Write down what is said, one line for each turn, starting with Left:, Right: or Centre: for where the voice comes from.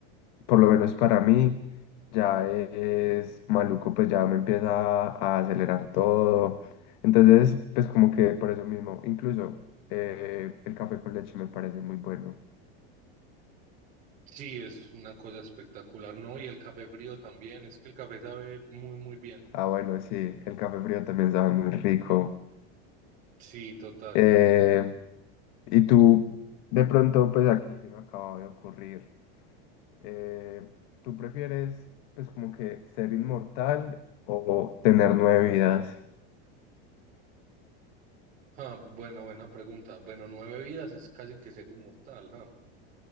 Left: por lo menos para mí, ya es maluco, pues ya me empieza a acelerar todo. Entonces, pues como que por eso mismo, incluso eh, el café con leche me parece muy bueno.
Right: Sí, es una cosa espectacular, ¿no? Y el café frío también. Es que el café sabe muy, muy bien.
Left: Ah, bueno, sí, el café frío también sabe muy rico.
Right: Sí, total.
Left: Eh, y tú, de pronto, pues aquí se me acaba de ocurrir. Eh, ¿tú prefieres, pues, como que ser inmortal o tener nueve vidas?
Right: Ah, bueno, buena pregunta. Bueno, nueve vidas es casi que ser inmortal, ah.